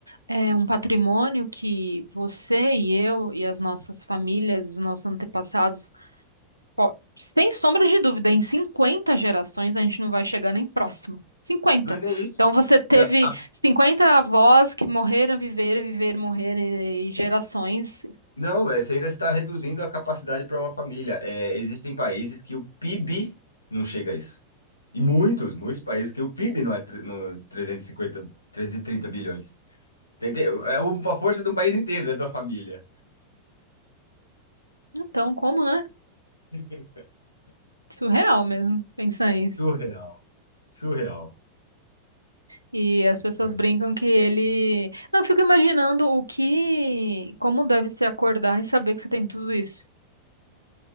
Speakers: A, on the right; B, on the left.
A: É um patrimônio que você e eu e as nossas famílias, os nossos antepassados, po- sem sombra de dúvida, em 50 gerações a gente não vai chegar nem próximo. 50.
B: Não é nem isso.
A: Então você teve
B: Não, a-
A: 50 avós que morreram, viveram, viveram, morreram e e gerações.
B: não, é, você ainda está reduzindo a capacidade para uma família. É, existem países que o PIB não chega a isso. E muitos, muitos países que o PIB não é tre- no 350, 330 bilhões. Tentei- É o- a força de um país inteiro, né, de uma família.
A: Então, como, né?
B: <laughs>
A: surreal mesmo pensar isso.
B: Surreal. Surreal.
A: E as pessoas
B: É.
A: brincam que ele. Não, eu fico imaginando o que. Como deve se acordar e saber que você tem tudo isso.